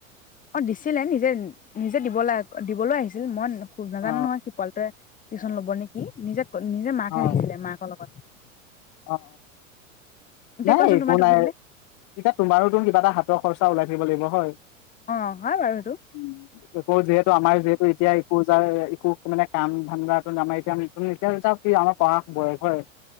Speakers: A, on the left; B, on the left.
A: অ দিছিলে নিজে নিজে দিবলৈ দিবলৈ আহিছিল মন। খোজ নাজানে
B: অ',
A: নহয় সিফালতে। টিউচন ল'ব নেকি, নিজে- নিজে মাকে
B: অ',
A: আহিছিলে মাকৰ লগত।
B: অ অ
A: এতিয়া
B: নাই
A: কোৱাচোন
B: একো
A: তোমাৰতো
B: নাই
A: কি বোলে
B: এতিয়া, তোমাৰোতো কিবা এটা হাতৰ খৰচা ওলাই থাকিব লাগিব হয়।
A: অ', হয় বাৰু সেইটো
B: উ। আকৌ যিহেতু আমাৰ যিহেতু এতিয়া ইটো জাৰ কুক মানে কাম ধান্দাটো নামাইছে, আমি তুমি এতিয়াচোন চাওক আমাৰ পঢ়া বয়স হয়।